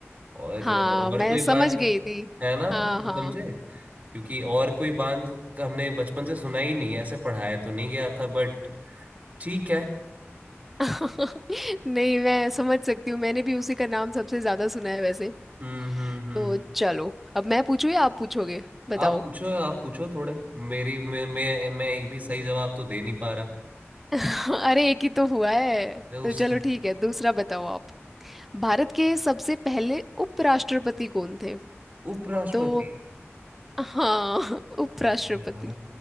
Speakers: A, on the right; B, in the centre.
A: और
B: हाँ
A: और
B: मैं
A: कोई
B: समझ
A: बांध
B: गई थी
A: है ना
B: हाँ
A: तुम
B: हाँ
A: समझे क्योंकि और कोई बांध हमने बचपन से सुना ही नहीं है, ऐसे पढ़ाया तो नहीं गया था बट ठीक है
B: <laughs> नहीं मैं समझ सकती हूँ मैंने भी उसी का नाम सबसे ज्यादा सुना है वैसे
A: हम्म हम्म हम्म
B: तो चलो अब मैं पूछूँ या आप पूछोगे बताओ
A: आप पूछो आप पूछो थोड़े मेरी मैं मैं मैं एक भी सही जवाब तो दे नहीं पा रहा
B: <laughs> अरे एक ही तो हुआ है
A: मैं उस
B: तो चलो ठीक है दूसरा बताओ आप भारत के सबसे पहले उपराष्ट्रपति कौन थे
A: उपराष्ट्रपति
B: तो हाँ <laughs> उपराष्ट्रपति
A: फिर भी यार